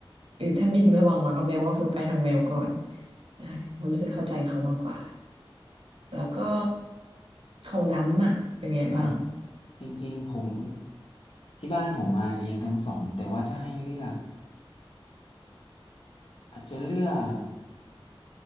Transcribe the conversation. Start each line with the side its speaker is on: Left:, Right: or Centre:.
Right: เออถ้ามีระหว่างหมากับแมวก็คือไปทางแมวก่อนใช่ผมรู้สึกเข้าใจเขามากกว่าแล้วก็ของดำอ่ะเป็นไงบ้าง
Left: อ่ะจริงๆผมที่บ้านผมมาเลี้ยงทั้งสองแต่ว่าถ้าให้เลือกอาจจะเลือก